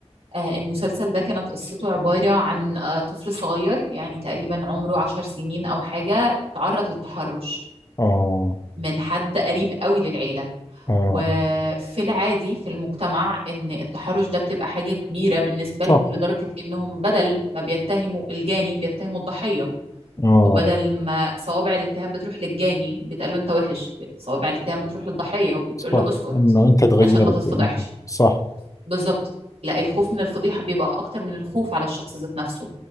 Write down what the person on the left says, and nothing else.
آه
آه
صح
آه
صح
إنه أنت تغيرت
وأنت صح